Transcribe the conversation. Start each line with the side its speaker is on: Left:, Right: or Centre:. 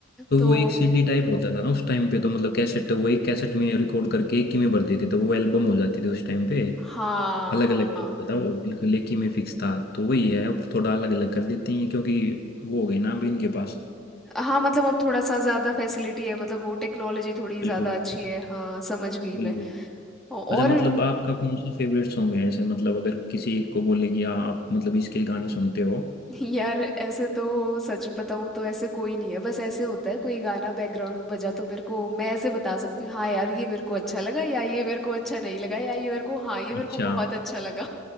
Left: तो
Centre: तो
Left: वो एक सीडी टाइप होता था ना उस टाइम पे तो मतलब कैसेट वो एक कैसेट में रिकॉर्ड करके एक ही में भर देते तो वो एल्बम हो जाती थी उस टाइम पे
Centre: हाँ
Left: अलग
Centre: हाँ
Left: अलग नहीं होता था वो बिल्कुल एक ही में फिक्स था तो वही है अब थोड़ा अलग अलग कर देते हैं क्योंकि वो हो गई ना अभी इनके पास
Centre: हाँ मतलब अब थोड़ा सा ज्यादा फैसिलिटी है मतलब वो टेक्नोलॉजी थोड़ी ज्यादा
Left: बिल्कुल
Centre: अच्छी है हाँ समझ गई
Left: बिल्कुल
Centre: मैं औ- और
Left: अच्छा मतलब आपका कौन सा फेवरेट सॉन्ग है ऐसे मतलब अगर किसी एक को बोले कि हाँ, आप मतलब इसके गाने सुनते हो
Centre: यार ऐसे तो सच बताऊं तो ऐसे कोई नहीं है बस ऐसे होता है कोई गाना बैकग्राउंड में बजा तो मेरे को मैं ऐसे बता सकती हूँ हाँ यार ये मेरे को अच्छा लगा या ये मेरे को अच्छा नहीं लगा या ये मेरे को हाँ ये मेरे
Left: अच्छा
Centre: को बहुत अच्छा लगा